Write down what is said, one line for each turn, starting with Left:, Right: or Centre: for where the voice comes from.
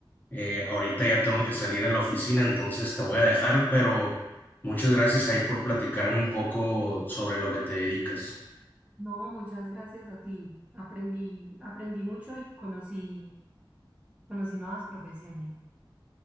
Left: Eh, ahorita ya tengo que salir a la oficina, entonces te voy a dejar, pero muchas gracias ahí por platicarme un poco sobre lo que te dedicas.
Right: No, muchas gracias a ti. Aprendí, aprendí mucho y conocí, conocí nuevas profesiones.